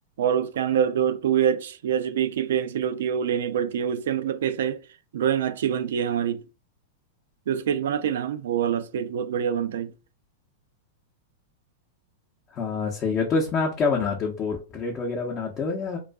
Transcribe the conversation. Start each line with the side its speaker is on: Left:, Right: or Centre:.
Right: और उसके अंदर जो टू एच एच बी की पेंसिल होती है वो लेनी पड़ती है उससे मतलब कैसा है ड्राइंग अच्छी बनती है हमारी जो स्केच बनाते हैं ना हम वो वाला स्केच बहुत बढ़िया बनता है
Left: हाँ सही है तो इसमें आप क्या बनाते हो पोर्ट्रेट वगैरह बनाते हो या